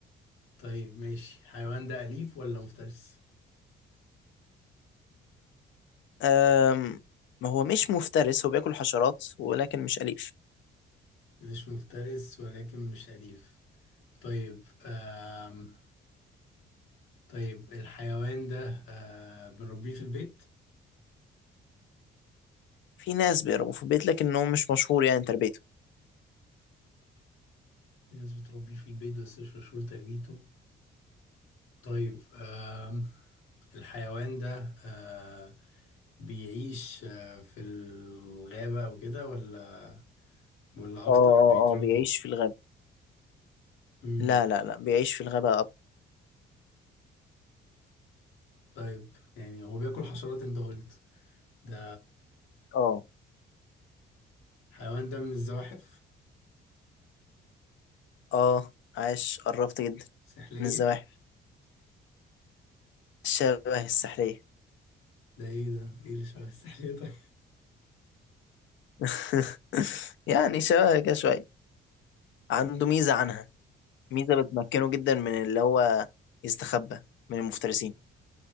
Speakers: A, on the left (about 85°); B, on the left (about 70°).
A: طيب ماشي حيوان ده أليف ولا مفترس
B: أم... هو مش مفترس هو بياكل حشرات ولكن مش أليف
A: مش مفترس ولكن مش أليف طيب آم طيب الحيوان ده آه بنربيه في البيت
B: في ناس بيربوا في البيت لكن هو مش مشهور يعني تربيته
A: في ناس بتربيه في البيت بس مش مشهور تربيته طيب آم الحيوان ده آه بيعيش آه في الغابة أو كده ولا ولا أكتر
B: اه اه
A: بيتربى
B: اه بيعيش في الغابة
A: امم
B: لا لا لا بيعيش في الغابة أكتر.
A: طيب يعني هو بياكل حشرات انت قلت ده
B: اه
A: حيوان ده من الزواحف
B: اه عاش قربت جدا
A: سحلية
B: من الزواحف شبه السحرية
A: ده ايه ده ايه اللي شبه السحلية طيب
B: <laughs> يعني شبه كده شوية عنده
A: <laughs>
B: ميزة عنها ميزة بتمكنه جدا من اللي هو يستخبى من المفترسين